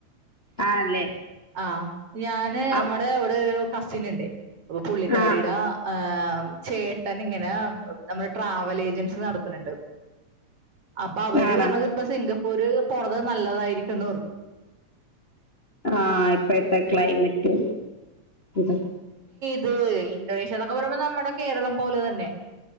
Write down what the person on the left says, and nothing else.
ആണല്ലേ
അപ്
ആഹ്
ആണോ
ആഹ് ഇപ്പത്തെ ക്ലൈമറ്റ് ഇത